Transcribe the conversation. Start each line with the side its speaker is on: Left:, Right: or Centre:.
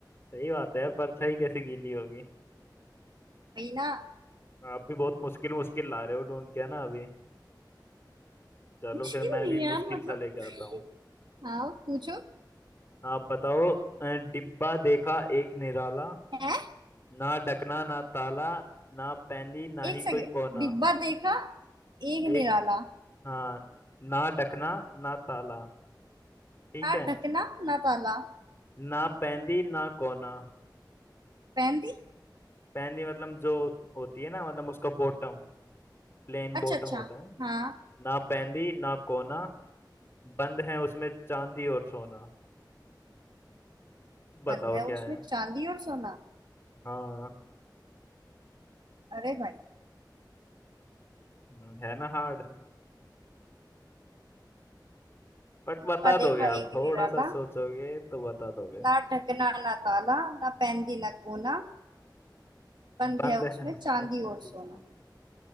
Left: सही बात है परछाई कैसे गीली होगी
Right: वही ना
Left: आप भी बहुत मुश्किल मुश्किल ला रहे हो ढूंढ के ना अभी चलो
Right: मुश्किल
Left: फिर मैं
Right: नहीं
Left: भी
Right: है
Left: मुश्किल
Right: यार मतलब
Left: सा लेके आता हूँ
Right: <laughs> हाँ पूछो
Left: आप बताओ अ, डिब्बा देखा एक निराला
Right: है
Left: ना ढकना ना ताला ना पैंदी ना
Right: एक
Left: ही
Right: सेकेंड
Left: कोई कोना
Right: डिब्बा देखा एक
Left: एक
Right: निराला
Left: हाँ ना ढकना ना ताला ठीक
Right: ना
Left: है
Right: ढकना ना ताला
Left: ना पैंदी ना कोना
Right: पहन दी
Left: पैंदी मतलब जो होती है ना मतलब उसका बॉटम प्लेन
Right: अच्छा
Left: बॉटम
Right: अच्छा
Left: होता है ना
Right: हाँ
Left: ना पैंदी ना कोना बंद है उसमें चांदी और सोना बताओ
Right: बंद है
Left: क्या
Right: उसमें
Left: है
Right: चांदी और सोना
Left: हाँ
Right: अरे भाई
Left: हम्म, है ना हार्ड बट
Right: डिब्बा
Left: बता दोगे
Right: देखा
Left: आप
Right: एक
Left: थोड़ा
Right: निराला
Left: सा सोचोगे तो बता दोगे
Right: ना ढकना ना ताला ना पहन दी ना कोना बंद
Left: बंद
Right: है
Left: है
Right: उसमें
Left: उसमें
Right: चांदी
Left: पैंदी
Right: और सोना
Left: सोना